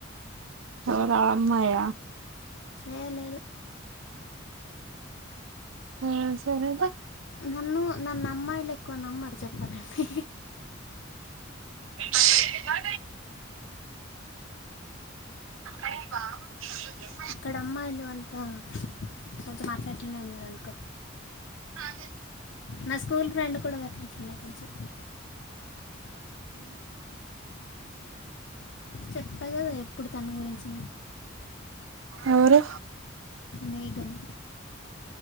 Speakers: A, on the right (about 80°); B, on the left (about 65°).
A: అ అమ్మాయ
B: ఎ లేేదు
A: ఆ సరే
B: నన్ను నన్ను అమ్మాయిలు ఎక్కువ నమ్మారు చెప్పాలంటే
A: ఎలా ట శ్రేా అరే బా <unintelligible>
B: ఇక్కడ అమ్మాయిలు అంతా కొంచెం అట్లా అట్లానే ఉన్నారు. అనుకో
A: అదే
B: నా స్కూల్ ఫ్రెండ్ కూడా అట్లా అట్లానే కొంచెం చెప్తా కదా ఎప్పుడు తన గురించి
A: ఎవరు
B: మేఘన